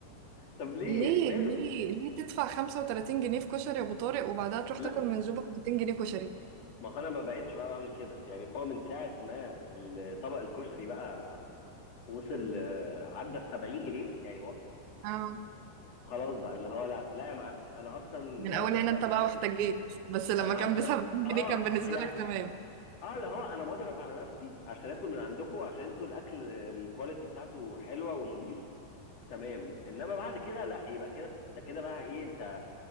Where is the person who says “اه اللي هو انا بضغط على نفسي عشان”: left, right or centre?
Left